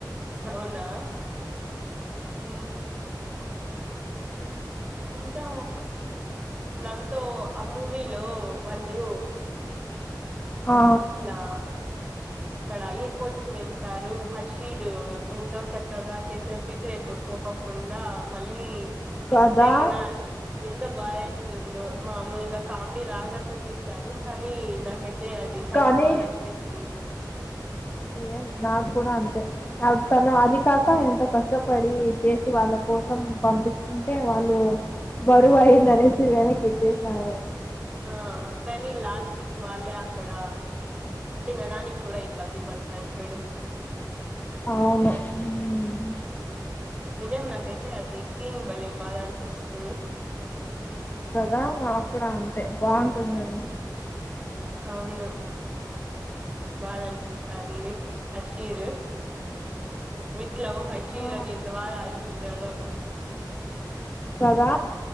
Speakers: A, on the right; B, on the left.
A: అవునా హు ఇంకా <unintelligible> ఆమూవీలో వాళ్ళు
B: ఆ
A: ఇట్లా ఇక్కడ ఎయిర్పోర్ట్ కి వెళ్తారు హషీర్ ఎంతో చక్కగా చేసిన పీకుర ఎత్తుకుపోక కుండ మళ్ళీ
B: కదా
A: ఇస్తే గిన ఎంద <unintelligible> మామూలుగా కామెడీ లాగా చూపిస్తారు కానీ నాకైతే చాన
B: కానీ
A: బాగ అనిపించింది
B: సేమ్ నాకు కూడ అంతే తను అది కాక ఎంతో కష్టపడి చేసి వాళ్ళ కోసం పంపిస్తుంటే వాళ్ళు బరువు అయింది అనేసి వెనక్కి ఇచ్చేసినారు
A: ఆ కానీ లాస్ట్ కి వాళ్ళే అక్కడ తినడానికి కూడ ఇబ్బంది పడతారు చూడు
B: అవును ఉమ్,
A: నిజం నాకై <unintelligible> అది సీన్ బలే బాధ అనిపిస్తుంది
B: కదా నా కూడ అంతే బాగుంటుందది
A: అవును బాద అనిపిస్తాది అషీరు విత్ లవ్ హషీర్
B: ఆ
A: అని ఎంత బాగ రసింటడో
B: కదా